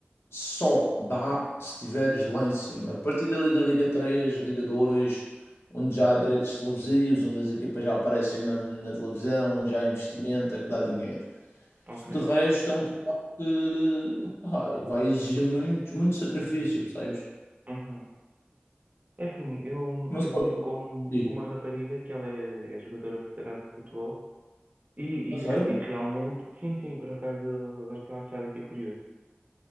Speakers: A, on the left (about 85°); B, on the right (about 40°).
A: só dá se estiveres lá em cima. A partir dali da Liga 3, Liga 2, onde já há direitos televisivos, onde as equipas já aparecem na, na televisão, onde já há investimento, é que dá dinheiro.
B: Ok.
A: De resto, é um trabalho que pá, vai exigir muito, muito sacrifício, percebes?
B: Uhum. É assim, eu,
A: Mas
B: eu
A: olha,
B: vivo com,
A: diz,
B: com uma rapariga que ela é, é jogadora federada de futebol e, e,
A: a sério?
B: e realmente, sim, sim, por acaso agora estou a achar aqui curioso.